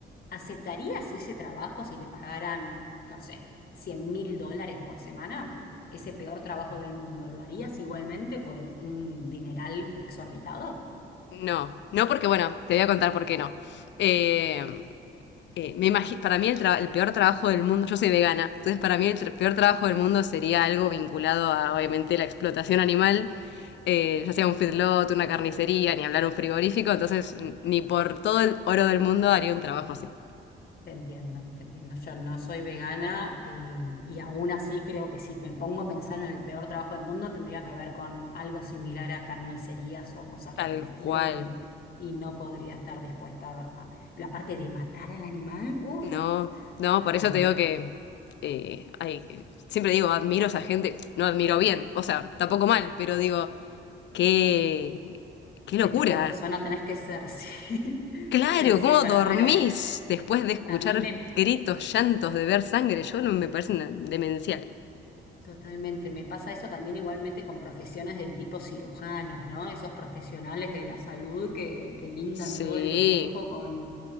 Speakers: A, on the left; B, on the left.
A: ¿aceptarías ese trabajo si te pagaran, no sé, 100 mil dólares por semana? Ese peor trabajo del mundo, ¿lo harías igualmente por un dineral exorbitado?
B: No, no porque, bueno, te voy a contar por qué no. Eh, eh, me imagi- para mí el, tra- el peor trabajo del mundo, yo soy vegana, entonces para mí el tra- peor trabajo del mundo sería algo vinculado a, obviamente, la explotación animal, eh, ya sea un feedlot, una carnicería, ni hablar un frigorífico, entonces n- ni por todo el oro del mundo haría un trabajo así.
A: Te entiendo, te entiendo. Yo no soy vegana y, y aún así creo que si me pongo a pensar en el peor trabajo del mundo tendría que ver con algo similar a carnicerías o cosas
B: Tal
A: por el estilo
B: cual.
A: y, y no podría estar dispuesta a... La parte de matar al animal, uff,
B: No, no,
A: no,
B: por eso
A: no.
B: te digo que eh, hay- siempre digo, admiro a esa gente, no admiro bien, o sea, tampoco mal, pero digo, qué, qué locura.
A: ¿Qué tipo de persona tenés que ser? <laughs>
B: Claro,
A: Sí, sí, sí,
B: ¿cómo
A: para...
B: dormís
A: Bueno,
B: después de escuchar
A: a mí me...
B: gritos, llantos, de ver sangre? Yo no me parece una- demencial.
A: Totalmente, me pasa eso también igualmente con profesiones del tipo cirujanos, ¿no? Esos profesionales de la salud que, que lindan
B: Sí,
A: todo el tiempo con,